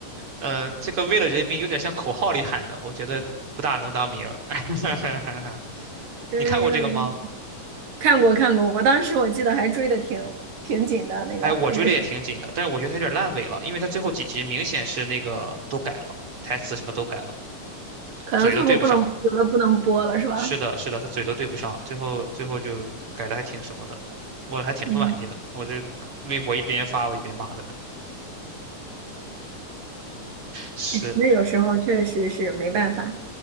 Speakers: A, on the right; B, on the right.
A: 呃，这个为了人民有点像口号里喊的，我觉得不大能当名儿。<laughs>
B: 人民的名义
A: 你看过这个吗？
B: 看过看过，我当时我记得还追的挺挺紧的，那个那个是，
A: 哎，我追的也挺紧的，但是我觉得他有点烂尾了，因为他最后几集明显是那个都改了，台词什么都改了，
B: 可能最后不能有的不能播了，
A: 嘴都对不上。
B: 是吧？
A: 是的，是的，他嘴都对不上，最后最后就改的还挺什么的，我还挺不满意的。
B: 嗯，
A: 我这微博一边发我一边骂在那儿，<laughs> 是
B: 那有时候确实是没办法。